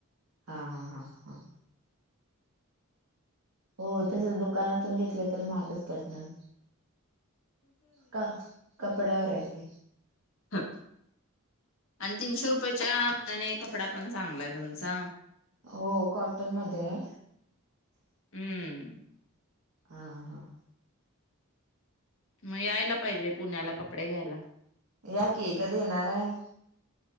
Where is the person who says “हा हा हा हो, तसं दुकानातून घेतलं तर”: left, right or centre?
Right